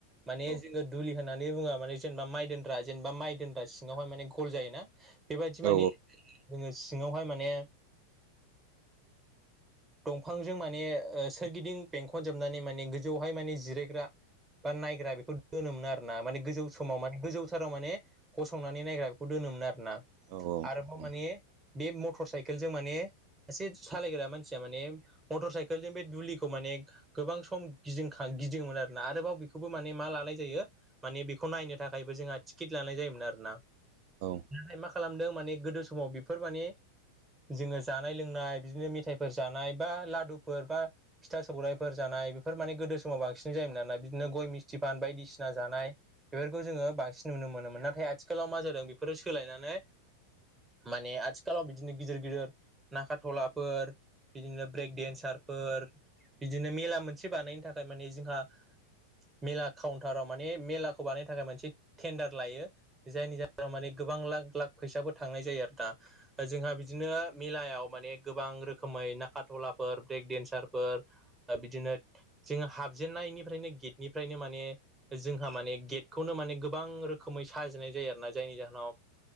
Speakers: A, on the right; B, on the right.
A: माने
B: औ
A: जोङो दुलि होन नानै बुंङा माने जेनेबा माइ दोन्रा जेनेबा माइ दोनग्रा सिङावहाय माने गल जायोना। बेबायदि माने
B: औ
A: जोङो सिङावहाय माने दंफांजों माने सोरगिदिं बेंखनजोबनानै माने गोजौहाय माने जिरायग्रा बा नायग्रा बेखौ दोनोमोन आरोना माने गोजौ समाव माने गोजौ माने गंनानै नायग्रा बेखौ दोनोमोन आरोना
B: औ
A: आर माने बे मटर साइकेलजों माने सासे सालायग्रा मानसिया माने मटर साइकेलजों बे दुलिखौ माने गोबां सम गिदिंखां गिदिंयोमोन आरोना आरोबाव बेखौबो माने मा लानाय जायो माने बेखौ नायनो थाखायबो जोंहा टिकिट लानाय जायोमोन आरोना।
B: औ।
A: नाथाय मा खालामदों माने गोदो समाव बेफोर माने जोङो जानाय लोंनाय बिदिनो मेथायाइफोर जानाय बा लादुफोर बा फिथा सौरायफोर जानाय बेफोर माने गोदो समाव बांसिन जायोना बिदिनो गय मिस्थि फा जानाय बेफोरखौ जोङो बांसिन नुनो मोनोमोन नाथाय आथि खालाव मा जादों बेफोरो सोलायनानै माने आथिखालाव बिदिनो गिदिर गिदिर नागा थलाफोर बिदिनो ब्रेक डेन्सार फोर बिदिनो मेला मोनसे बानायनो थाखाय माने जोंहा मेला खाउ नताराव माने मेलाखौ बानायनो थाखाय मोनसे टेन्डार लायो जायनि जाहोनाव माने गोबां लाख लाख फैसाबो थांनाय जायो आरो ना। जोंहा बिदिनो मेलायाव माने गोबां रोखोमै नाखाराथलाफोर ब्रेक डेनसारफोर बिदिनो जोङो हाबजेननायनिफ्रायनो गेटनिफ्रायनो माने जोंहा माने गेटखौनो माने गोबां रोखोमै साजिनाय जायो आरो ना जायनि जाहोनाव